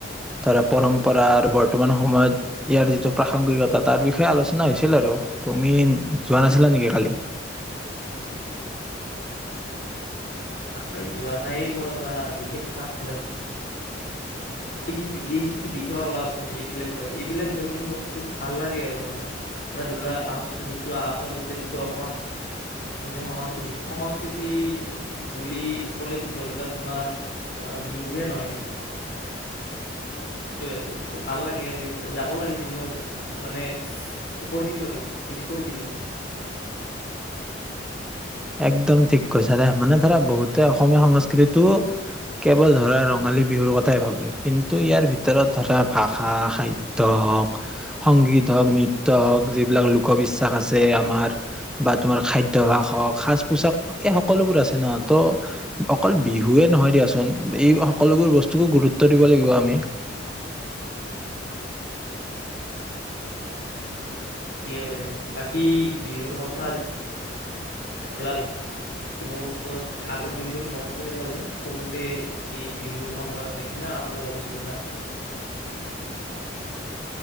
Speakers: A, in the centre; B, on the left (about 60°).
A: ধৰা পৰম্পৰা আৰু বৰ্তমান সময়ত ইয়াৰ যিটো প্ৰাসংগিকতা তাৰ বিষয়ে আলোচনা হৈছিল আৰু। তুমি যোৱা নাছিলা নেকি কালি?
B: নাই, যোৱা নাই মোৰ এটা বিশেষ কাম ওলাইছিল। এই যি এই যিটো বিষয় কলা তুমি এইবিলাক বিষয় এইবিলাক বিষয় কিন্তু মোৰ খুব ভাল লাগে আৰু মানে। মানে ধৰি লোৱা আচ যিটো আচলতে যিটো অসমীয়া সংস্কৃতি-সংস্কৃতি বুলি ক'লেতো ধৰি লোৱা তোমাৰ বিহুৱে নহয় ন? আছে ত ভাল লাগে আৰু এইবিলাক। যাব লাগিছিল মই মানে! কৰি দিলোঁ আৰু, মিচ কৰি দিলোঁ।
A: একদম ঠিক কৈছা দে মানে ধৰা বহুতে অসমীয়া সংস্কৃতিটো কেৱল ধৰা ৰঙালী বিহুৰ কথাই ভাবে। কিন্তু ইয়াৰ ভিতৰত ধৰা ভাষা, সাহিত্য হওঁক, সংগীত হওঁক নৃত্য হওঁক, যিবিলাক লোকবিশ্বাস আছে আমাৰ বা তোমাৰ খাদ্যভাস হওঁক! সাজ পোচাক এই সকলোবোৰ আছে ন ত' অকল বিহুৱে নহয় দিয়াচোন এই সকলোবোৰ বস্তুকো গুৰুত্ব দিব লাগিব আমি।
B: ঠিকে ক দা বাকী বিহুৰ কথা ল মোৰ আগৰ দিনবোৰ মনত পৰি গ'লহে সৰুতে এই বিহুৰ সময়ত মানে কিমান আনন্দ কৰিছিলো না?